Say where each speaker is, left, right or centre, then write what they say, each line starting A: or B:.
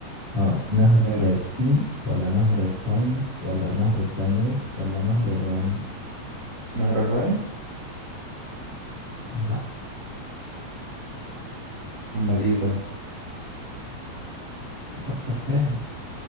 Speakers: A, on the left; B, on the right.
A: اه نهر
B: تمام
A: السين ولا نهر التايمز ولا نهر الدانوب ولا نهر الراين
B: نهر الراين
A: لا
B: امال ايه طيب
A: فكر تاني